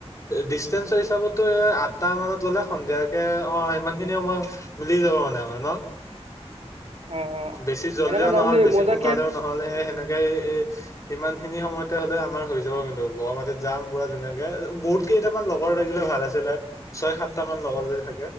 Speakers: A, on the left (about 30°); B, on the right (about 70°).
A: ডিচেঞ্চৰ হিচাপতো এই, আঠটা মানত গ'লে সন্ধিয়াকে অ সমানখিনি সময় মিলি যাব মানে আমাৰ ন।
B: অ
A: বেছি জলদিয়ও
B: এনেকা যাম
A: নহল,
B: দেই
A: বেছি
B: মজাকে
A: সোনকালেও নহল স সেনেকে এ ইমান খিনি সময়তে হলে আমাৰ হৈ য। যাব কিন্তু গুৱাহাটীত যাম পুৰা ধুনীয়াকে বহুত কেইটামান লগৰ লাগিলে ভাল আছিলে ছয় সাতটা মান লগৰ যদি থাক।